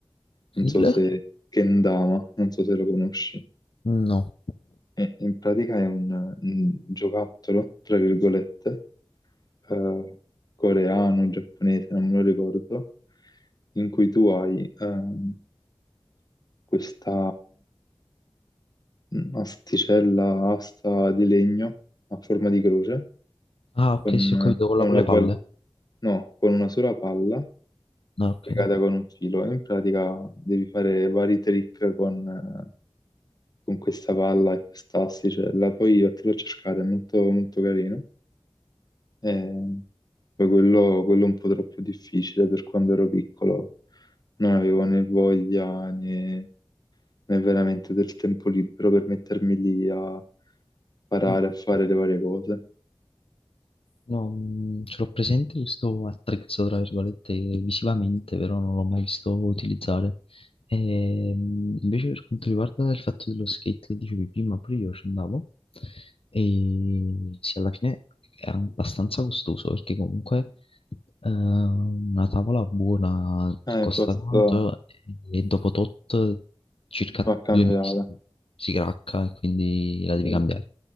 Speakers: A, on the left; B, on the left.
A: non
B: Il?
A: so se Kendama, non so se lo conosci.
B: No.
A: E in pratica è un, un giocattolo, tra virgolette, eh, coreano, giapponese, non me lo ricordo, in cui tu hai ehm, questa mm, asticella, asta di legno a forma di croce,
B: Ah, ok,
A: con
B: sì, ho capito, quella
A: una,
B: con le palle.
A: pal- no, con una sola palla
B: No, ok.
A: legata con un filo. In pratica devi fare vari trick con eh, con questa palla e questa asticella. Poi vattelo a cercare, è molto, molto carino. Eh, poi quello, quello è un po' troppo difficile per quando ero piccolo. Non avevo né voglia né, né veramente del tempo libero per mettermi lì a imparare
B: sì.
A: a fare le varie cose.
B: No, mm, ce l'ho presente questo attrezzo, tra virgolette, visivamente, però non l'ho mai visto utilizzare. E, mm, invece per quanto riguarda il fatto dello skate che dicevi prima, pure io ci andavo, e sì, alla fine è abbastanza costoso, perché comunque eh, una tavola buona
A: Eh,
B: costa
A: questo
B: tanto e dopo tot circa
A: va cambiata.
B: due mesi si cracca e quindi la devi
A: sì.
B: cambiare.